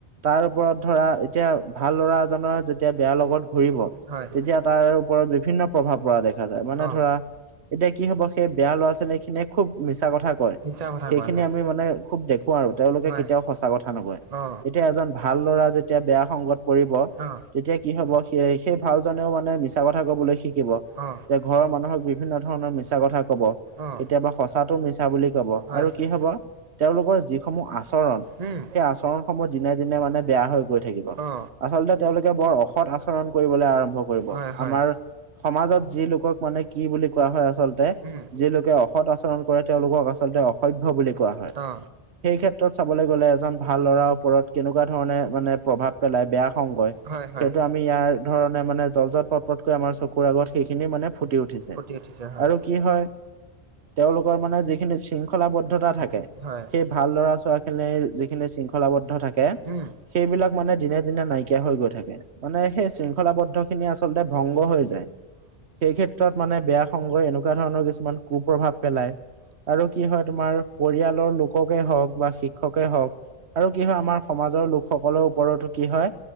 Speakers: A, on the right; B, on the right.
A: তাৰ ওপৰত ধৰা এতিয়া ভাল ল'ৰা এজনৰ যেতিয়া বেয়া লগত ঘূৰিব
B: হয়।
A: তেতিয়া তাৰ ওপৰত বিভিন্ন প্ৰভাৱ পৰা দেখা যায় মানে
B: অ
A: ধৰা এতিয়া কি হব সেই বেয়া ল'ৰা ছোৱালী খিনিয়ে খুব মিছা কথা কয়
B: মিছা কথা কোৱা
A: খিনি
B: হয়
A: আমি মানে খুব দেখো আৰু তেওঁলোকে
B: হয়
A: কেতিয়াও সঁচা কথা নকয়
B: অ
A: এজন ভাল ল'ৰা যেতিয়া বেয়া সংগত পৰিব
B: অ
A: তেতিয়া কি হব সেই সেই ভাল জনেও মানে মিছা কথা কবলৈ শিকিব
B: অ
A: এ ঘৰৰ মানুহক বিভিন্ন ধৰণৰ মিছা কথা কব
B: অ
A: কেতিয়াবা সঁচাটো মিছা বুলি কব
B: হয়
A: আৰু
B: হয়
A: কি হব তেওঁলোকৰ যিসমূহ আচৰণ
B: উম
A: সেই আচৰণ সময়ত দিনে দিনে মানে বেয়া হৈ গৈ থাকিব
B: অ
A: আচলতে তেওঁলোকে বৰ অসৎ আচৰণ কৰিবলৈ আৰম্ভ কৰিব
B: হয় হয়
A: আমাৰ সমাজত যি লোকক মানে কি বুলি কোৱা হয় আচল্ততে
B: উম
A: যি লোকে অসৎ আচৰণ কৰে তেওঁলোকক আচলতে অস অসভ্য বুলি কোৱা হয়
B: অ
A: সেই ক্ষেত্ৰত চাবলৈ গলে এজন ভাল ল'ৰা ওৰত কেনেকুৱা ধৰণে মানে প্ৰভাৱ পেলাই বেয়া সংগই
B: হয় হয়
A: সেইটো আমি ইয়াৰ ধৰণে মানে জল পট পট আমাৰ চকুৰ আগত সেইখিনি মানে ফুটি উঠিছে
B: ফুটি উঠিছে হয়
A: আৰু কি হয় তেওঁলোকৰ মানে যিখিনি শৃংখ শৃংখলাবদ্ধতা থাকে
B: হয়
A: সেই ভাল ল'ৰা ছৰা খিনিৰ যিখিনি শৃংখলাবদ্ধ থাকে
B: উম
A: সেইবিলাক মানে দিনে দিনে নাইকিয়া হৈ গৈ থাকে মানে সেই শৃংখলাবদ্ধ খিনি আচল আচলতে ভংগ হৈ যায় সেই ক্ষেত্ৰত মানে বেয়া সংগই এনেকুৱা ধৰণৰ কিছুমান কু প্ৰভাৱ পেলায় আৰু কি হয় তোমাৰ পৰিয়ালৰ লোককে হওঁক বা শিক্ষকে হওঁক আৰু কি হয় আমাৰ সমাজৰ লোকসকলৰ ওপৰতো কি হয়